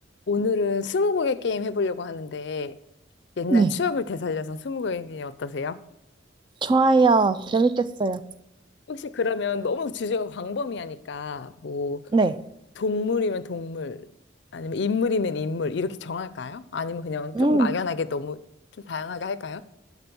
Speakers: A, on the left; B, on the right.
A: 오늘은 스무고개 게임 해보려고 하는데 옛날
B: 네.
A: 추억을 되살려서 스무고개 게임 어떠세요?
B: 좋아요. 재밌겠어요.
A: 혹시 그러면 너무 주제가 광범위하니까 뭐
B: 네.
A: 동물이면 동물 아니면 인물이면 인물 이렇게 정할까요? 아니면 그냥
B: 음,
A: 조금 막연하게 너무 좀 다양하게 할까요?